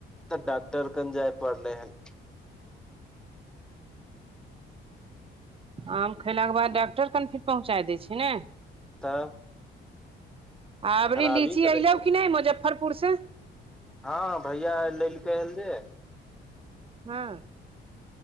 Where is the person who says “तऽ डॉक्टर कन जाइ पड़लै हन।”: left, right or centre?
Centre